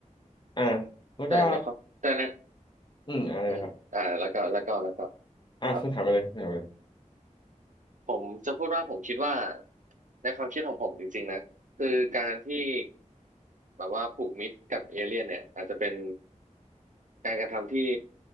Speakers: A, on the left; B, on the right.
A: อ่าแล้วก็
B: แต่ในความแต่ใน
A: อืมอะไรนะครับ
B: อืมอ่าแล้วก็แล้วก็แล้วก็
A: อ่าคุณถามกันเลยคุณถามกันเลย
B: ต่อนะ ผมจะพูดว่าผมคิดว่าในความคิดของผมจริงๆนะคือการที่แบบว่าผูกมิตรกับเอเลี่ยนเนี่ยอาจจะเป็นการกระทำที่